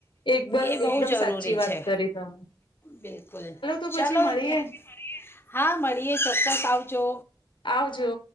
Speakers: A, on the left (about 80°); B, on the left (about 30°).
A: એકબલ
B: એ બહુ
A: એકદમ
B: જરૂરી
A: સાચી વાત
B: છે
A: કરી તમે.
B: બિલકુલ
A: તો
B: ચાલો
A: પછી મળીએ
B: ત્યાં હા મળીએ ચોક્કસ આવજો.
A: આવજો.